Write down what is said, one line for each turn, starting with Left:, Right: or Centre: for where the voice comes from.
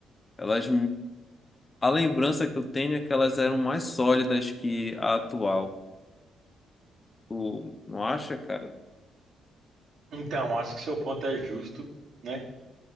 Left: elas, a lembrança que eu tenho é que elas eram mais sólidas que a atual. Tu não acha, cara?
Right: Então, acho que seu ponto é justo, né?